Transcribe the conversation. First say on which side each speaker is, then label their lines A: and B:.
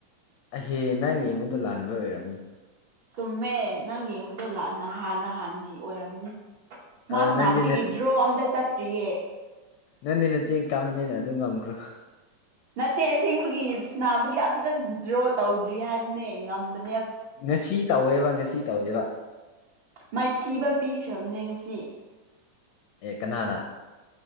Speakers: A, on the left; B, on the right.
A: ꯑꯩꯍꯦ ꯅꯪ ꯌꯦꯡꯉꯨꯗ ꯂꯥꯟꯕ ꯑꯣꯏꯔꯝꯅꯤ
B: ꯆꯨꯝꯃꯦ ꯅꯪ ꯌꯦꯡꯕꯗꯣ ꯅꯍꯥꯟ ꯅꯍꯥꯟꯒꯤ ꯑꯣꯏꯔꯝꯅꯤ
A: ꯑꯧ
B: ꯃꯥꯁ
A: ꯅꯪꯗꯤ
B: ꯅꯥꯞꯇꯒꯤ ꯗ꯭ꯔꯣ ꯑꯝꯇ ꯆꯠꯇ꯭ꯔꯤꯌꯦ
A: ꯅꯪꯅꯤꯅ ꯆꯦꯡ ꯀꯥꯃꯅꯤꯅ ꯑꯗꯨꯝ ꯉꯝꯈ꯭ꯔꯣ
B: ꯅꯠꯇꯦ ꯑꯁꯦꯡꯕꯒꯤ ꯅꯥꯕꯒꯤ ꯑꯝꯇ ꯗ꯭ꯔꯣ ꯇꯧꯗ꯭ꯔꯤ ꯍꯥꯏꯕꯅꯦ ꯉꯝꯕꯅꯤ
A: ꯉꯁꯤ ꯇꯧꯋꯦꯕ ꯉꯁꯤ ꯇꯧꯋꯦꯕ
B: ꯃꯥꯏꯊꯤꯕ ꯄꯤꯈ꯭ꯔꯕꯅꯦ ꯉꯁꯤ
A: ꯑꯦ ꯀꯅꯥꯅ